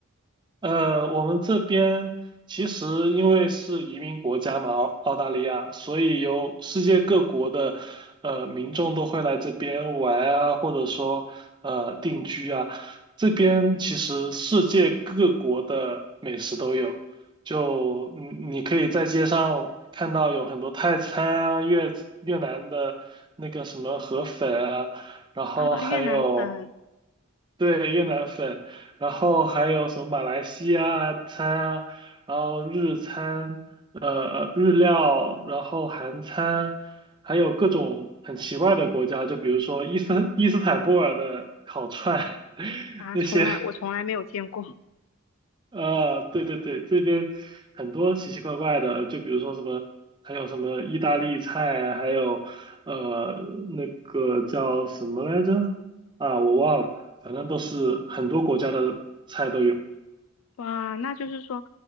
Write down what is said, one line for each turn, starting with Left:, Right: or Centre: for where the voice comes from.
Right: 呃，我们这边其实因为是移民国家嘛，澳澳大利亚，所以有世界各国的呃民众都会来这边玩啊，或者说呃定居啊。这边其实世界各国的美食都有，就你你可以在街上看到有很多泰餐啊、越越南的那个什么河粉啊，然后还有。
Left: 啊，越南粉
Right: 对，越南粉，然后还有什么马来西亚餐啊，然后日餐，呃，日料，然后韩餐，还有各种很奇怪的国家，就比如说伊斯伊斯坦布尔的烤串，<laughs>
Left: 啊，
Right: 那些，
Left: 从来我从来没有见过。
Right: 呃，对对对，这边很多奇奇怪怪的，就比如说什么，还有什么意大利菜啊，还有呃那个叫什么来着？啊，我忘了，反正都是很多国家的菜都有。
Left: 哇，那就是说，